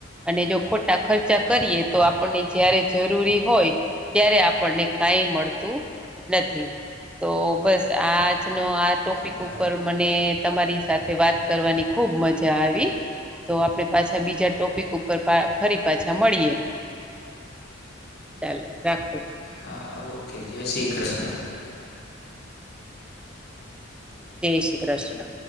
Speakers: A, in the centre; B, on the left.
A: અને જો ખોટા ખર્ચા કરીએ તો આપણને જારે જરૂરી હોય ત્યારે આપણને કાંઈ મળતું નથી તો બસ આજનો આ ટોપિક
B: હા
A: ઉપર મને તમારી સાથે વાત કરવાની ખુબ મજા આવી તો આપડણે પાછા બીજા ટોપિક ઉપર પા ફરી પાછા મળીએ હા ચાલો રાખૂ
B: હા ઓકે જય શ્રી કૃષ્ણ
A: જય શ્રી કૃષ્ણ